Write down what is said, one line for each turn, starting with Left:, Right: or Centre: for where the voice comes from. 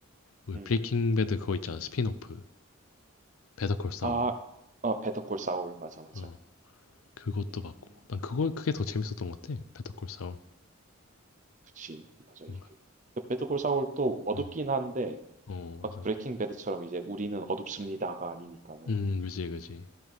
Left: 우리
Right: 음.
Left: 브레이킹 배드 그거 있잖아. 스핀오프. 배터 콜 사울.
Right: 아, 어, 베터콜 사울, 맞아, 맞아.
Left: 어. 그것도
Right: 음,
Left: 봤고. 난 그거 그게 더 재밌었던
Right: 음,
Left: 것 같아. 배터 콜 사울.
Right: 그치, 맞아, 이게.
Left: 어.
Right: 그 베터콜 사울도 어둡긴
Left: 어,
Right: 한데,
Left: 어, 맞아.
Right: 막 브레이킹 배드처럼 이제 우리는 어둡습니다가 아니니까는.
Left: 음, 그지, 그지.